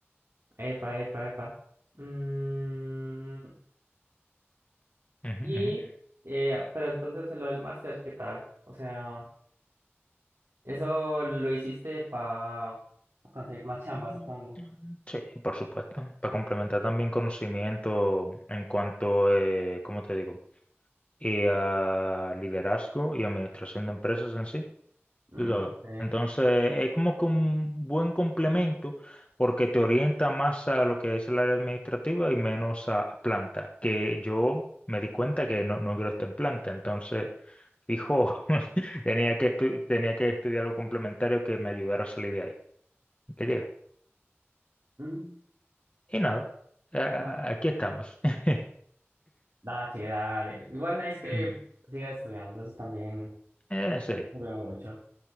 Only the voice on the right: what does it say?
Epa, epa, epa. Mm,
y, eh, pero entonces lo del máster, ¿qué tal? O sea, eso lo hiciste para conseguir más chamba,
supongo.
Mm,
ok.
Mm,
ah,
ah, sí, dale. Igual nice que
sigas estudiando, eso también.
Hombre, mucho.